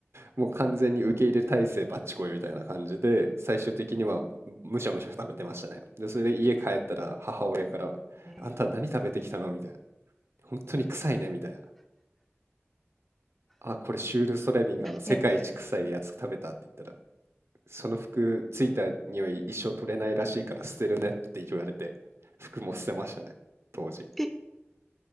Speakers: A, on the right; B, in the centre.
A: もう完全に受け入れ体制バッチコイみたいな感じで、最終的にはむしゃむしゃ食べてましたね。で、それで家帰ったら母親から、
B: ね
A: あんた何食べてきたのみたいな。本当に臭いねみたいな。あ、これシュール・ソレミンがあの世界一臭いやつ食べたって言ったら、
B: え。
A: その服ついた匂い一生取れないらしいから捨てるねって言われて、服も捨てましたね、当時。
B: え、